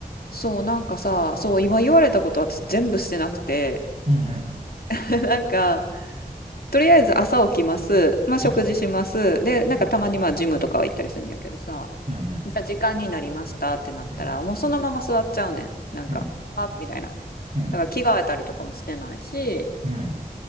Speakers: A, on the left; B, on the right.
A: そう、なんかさ、そう、今言われたこと私全部してなくて、
B: うんうん。
A: <laughs> なんか、とりあえず朝起きます。まあ、
B: はい。
A: 食事します。で、なんかたまにまあ、
B: うん
A: ジムとかは行ったりするんやけどさ、
B: うんうん。
A: じゃあ時間になりましたってなったら、
B: うん。
A: もうそのまま座っちゃうねん。なんか、
B: うん。
A: あ、みたいな。
B: うん。
A: だから着替えたりとかもしてないし、
B: うん。